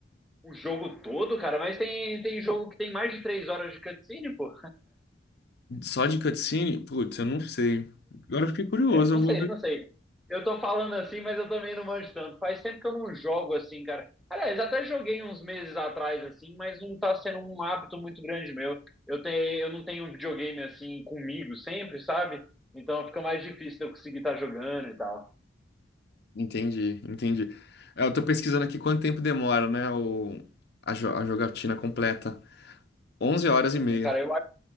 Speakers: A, in the centre; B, on the left.
A: O jogo todo, cara, mas tem, tem jogo que tem mais de três horas de cutscene, pô.
B: Só de cutscene? Putz, eu não sei. Agora eu fiquei curioso.
A: É, não
B: Eu vou
A: sei, não sei. Eu tô falando assim, mas eu também não manjo tanto. Faz tempo que eu não jogo assim, cara. Aliás, até joguei uns meses atrás, assim, mas não tá sendo um hábito muito grande meu. Eu, tenho, eu não tenho um videogame assim comigo sempre, sabe? Então fica mais difícil de eu conseguir estar jogando e tal.
B: Entendi, entendi. É, Eu tô pesquisando aqui quanto tempo demora, né, o, a, jo- a jogatina completa. 11 horas
A: É,
B: e meia.
A: cara, eu